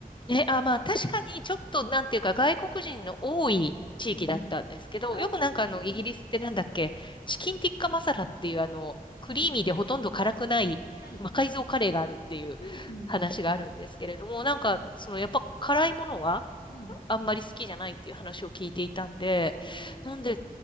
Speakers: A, on the left; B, on the left.
A: ね、あ、まあ確かにちょっとなんていうか外国人の多い地域だったんですけど、
B: うんああ、
A: よくなんかあのイギリスってなんだっけ、チキンティッカマサラっていうあのクリーミーでほとんど辛くない魔改造カレーがあるっていう話があるんですけれども、
B: はい、はい。うん、うん、うん。
A: なんかそのやっぱ辛いものは
B: はい、うん。
A: あんまり好きじゃないっていう話を聞いていたんで、
B: ああ。
A: なんで